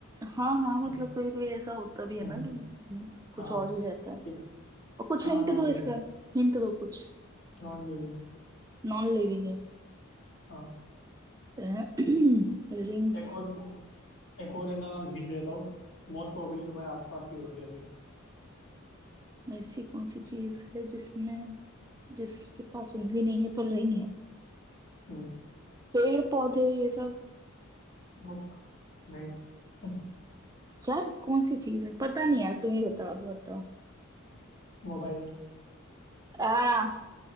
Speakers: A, on the right; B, on the left.
A: हाँ
B: हम्म,
A: हाँ मतलब कभी कभी ऐसा होता भी है
B: हम्म,
A: ना कि हम्म, कुछ
B: हाँ हाँ,
A: और ही रहता है
B: ठीक
A: और कुछ
B: हाँ
A: हिंट
B: नॉन
A: दो
B: लिविंग
A: इसका हिंट दो कुछ
B: Non living
A: नॉन लिविंग है
B: हाँ
A: रिंग्स
B: एक और पू- एक और है ना हिंट देता हूँ मोस्ट प्रोबेबली तुम्हारे आसपास ही होगी अभी
A: ऐसी कौन सी चीज है जिसमें जिसके पास उंगली नहीं है पर रिंग है
B: हम्म,
A: पेड़ पौधे ये सब
B: nope, नहीं <laughs>
A: यार कौन सी चीज है पता नहीं यार तुम ही बता दो हटाओ
B: मोबाइल
A: आ